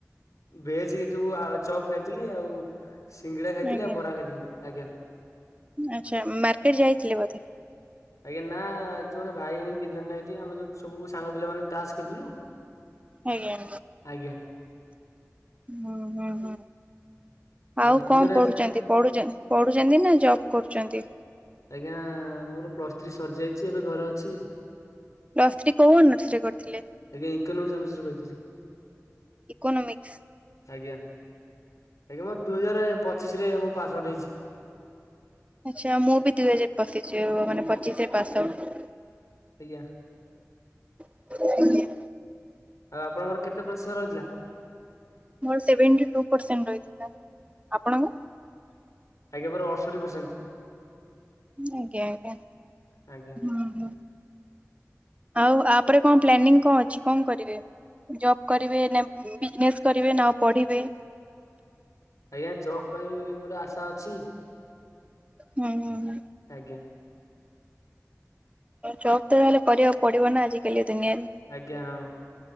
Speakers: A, on the left (about 80°); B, on the right (about 25°).
A: ଭେଜ କି ଯୋଉ ଆ ଚପ୍ ଖାଇଥିଲି ଆଉ ସିଙ୍ଗିଡା ଖାଇଥିଲି
B: ଆଜ୍ଞା।
A: ଆଉ ବରା ଖାଇଥିଲି ଆଜ୍ଞା।
B: ଆଚ୍ଛା ମାର୍କେଟ ଯାଇଥିଲେ ବୋଧେ?
A: ଆଜ୍ଞା ନା ଯୋଉେ ଗୋଟେ ଭାଇ ଆଣିକି ଦି ଜଣ ଏଠି ଆମେ ଯୋଉ ସବୁ ସାଙ୍ଗ ପିଲା ମାନେ ତା ଚାଷ ଖେୁଳୁଥିଲୁ
B: ଆଜ୍ଞା।
A: ଆଜ୍ଞା।
B: ହୁଁ ହୁଁ ହୁଁ ଆଉ
A: ଦିନରେ
B: କଣ ପଢୁଛନ୍ତି?
A: ଆଜି
B: ପଢଛନ୍ତି ପଢୁଛନ୍ତି ନା ଜବ କରୁଛନ୍ତି?
A: ଆଜ୍ଞା ମୋର ପ୍ଲସ୍ ଥ୍ରୀ ସରିଯାଇଛି ଏବେ ଘରେ ଅଛି।
B: ପ୍ଲସ୍ ଥ୍ରୀ କୋଉ ଅନର୍ସରେ କରିଥିଲେ?
A: ଆଜ୍ଞା ଇକୋନୋମିକ୍ସ ଅନର୍ସରେ କରିଥିଲି।
B: ଇକୋନୋମିକ୍ସ।
A: ଆଜ୍ଞା ଆଜ୍ଞା ମୋର ଦୁଇ ହଜାର ପଚିଶ ରେ ମୁଁ ପାସ ଆଉଟ ହେଇଛି।
B: ଆଚ୍ଛା ମୁଁ ବି ଦୁଇ ହଜାର ପଶିଛିି ମାନେ ପଚିଶରେ ପାସ୍ ଆଉଟ
A: ଆଜ୍ଞା।
B: ହ <unintelligible>
A: ଆଉ ଆପଣଙ୍କର କେତେ ପ୍ରତିଶତ ରହିଥିଲା?
B: ମୋର ସେଭେନ୍ଟି ଟୁ ପରସେଣ୍ଟ ରହିଥିଲା। ଆପଣଙ୍କ?
A: ଆଜ୍ଞା ମୋର ଅଡଷଠି ପରସେଣ୍ଟ।
B: ଆଜ୍ଞା ଆଜ୍ଞା
A: ଆଜ୍ଞା
B: ହୁଁ ହୁଁ। ଆଉ ଆପରେ କଣ ପ୍ଲାନିଂ କଣ ଅଛି କଣ କରିବେ? ଜବ୍ କରିବେ ନା ବିଜନେସ୍ କରିବେ ନା ଆଉ ପଢିବେ
A: ଆଜ୍ଞା ଜବ ପାଇଁ ଗୋଟେ ଆଶା ଅଛି।
B: ହୁଁ ହୁଁ ହୁଁ।
A: ଆଜ୍ଞା।
B: ଜବ୍ ତହେଲେ କରିବାକୁ ପଡିବ ନା ଆଜିକାଲି ଦୁନିଆରେ?
A: ଆଜ୍ଞା ହଁ।